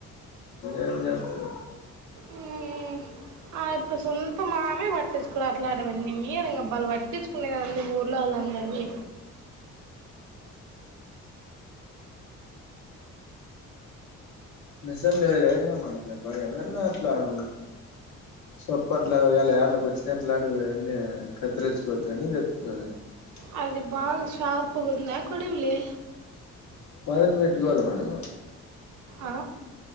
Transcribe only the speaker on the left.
ఏమ్జేత్తవ్
మిషన్ లేదు. కదా ఇంకా మనకు ఎట్లాగైనా నా ఇట్లాన్ సొపర్ట్లా వేళ <unintelligible> వచ్చినట్లాంటివి, అవన్నీ కత్తిరిచ్చుకో సెన్డింగ్ చేత్తున్నావ్. గదా ప్చ్
పదన్ పెట్టుకోవాలి. మనము